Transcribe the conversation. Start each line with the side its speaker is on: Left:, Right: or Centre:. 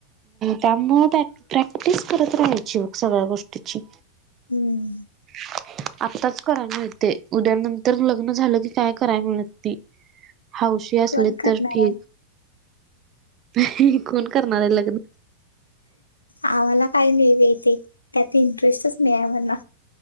Right: त्यामुळे प्रॅक्टिस करत राहायचे सगळ्या गोष्टीची.
Left: हम्म.
Right: <inaudible> आत्ताच करायला मिळते उद्या नंतर लग्न झालं की काय करायला मिळत नाही. हाौशी असली
Left: कोण करणार
Right: तर ठीक
Left: आहे
Right: कोण करणार आहे लग्न.
Left: आम्हाला काय नाही बे ते त्यात इंटरेस्ट नाही आम्हाला.